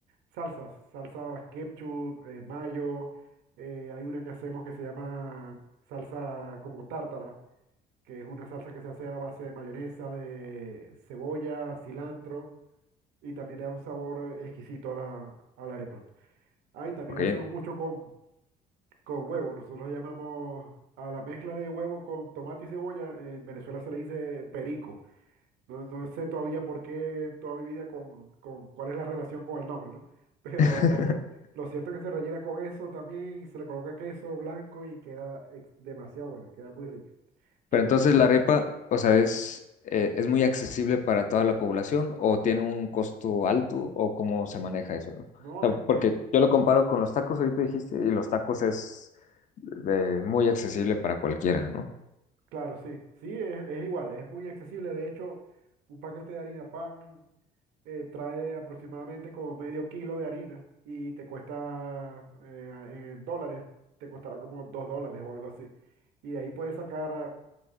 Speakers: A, on the right; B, on the left.
A: salsas, salsas ketchup, eh, mayo. eh, hay una que hacemos que se llama salsa como tártara, que es una salsa que se hace a base de mayonesa, de cebolla, cilantro y también le da un sabor exquisito a la, a la arepa. Ah, y también
B: ok.
A: lo hacemos mucho con, con huevo. Nosotros llamamos a la mezcla de huevo con tomate y cebolla. En Venezuela se le dice perico. No, no sé todavía por qué en toda mi vida con, con cuál es la relación con el nombre, ¿no? Pero
B: <laughs>
A: lo cierto es que se rellena con eso también y se le coloca queso blanco y queda ex- demasiado buena, queda muy rica. Te-
B: Pero entonces la arepa, o sea, es, eh, es muy accesible para toda la población o tiene un costo alto o cómo se maneja eso, ¿no? O
A: no,
B: sea,
A: es, es-
B: porque yo lo comparo con los tacos, ahorita dijiste, y los tacos es eh, muy accesible para cualquiera, ¿no?
A: claro, sí. Sí, es, es igual, es muy accesible. De hecho, un paquete de harina pan. eh, trae aproximadamente como medio kilo de harina y te cuesta eh, en dólares, te costará como dos dólares o algo así. Y de ahí puedes sacar,